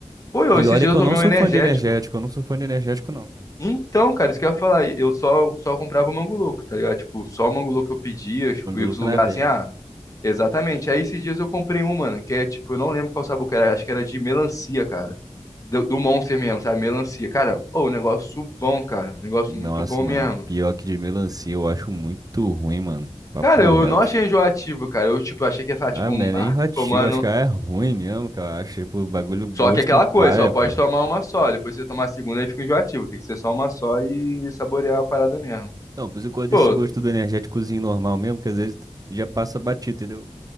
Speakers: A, on the left (about 30°); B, on the right (about 30°).
A: Pô, eu,
B: E
A: esses
B: olha
A: dias
B: que
A: eu
B: eu
A: tomei
B: não sou
A: um energético.
B: fã de energético, eu não sou fã de energético, não, cara.
A: Então, cara, isso que eu ia falar. Eu só, só comprava o Mango Louco, tá ligado? Tipo, só o Mango Louco eu pedia, tipo,
B: Manguluco
A: ia pros lugares
B: na veia.
A: assim, ah, exatamente. Aí esses dias eu comprei um, mano, que é tipo, eu não lembro qual sabor que era, acho que era de melancia, cara. Do, do Monster mesmo, sabe? Melancia. Cara, ô, um negócio bom, cara. Um negócio
B: Nossa,
A: muito bom mesmo.
B: mano, pior que de melancia, eu acho muito ruim, mano. Papo
A: Cara, eu
B: reto.
A: não achei enjoativo, cara. Eu, tipo, achei que ia falar,
B: Ah,
A: tipo,
B: não
A: um,
B: é nem
A: ah,
B: relativo,
A: tomando.
B: acho que é ruim mesmo, que eu acho. Tipo, bagulho gosto
A: Só que é aquela coisa,
B: paia,
A: só pode
B: pô.
A: tomar uma só. Depois você tomar a segunda aí fica enjoativo. Tem que ser só uma só e saborear a parada mesmo.
B: Não, por isso eu gosto desse
A: Pô,
B: gosto do energéticozinho normal mesmo, que às vezes já passa batido, entendeu?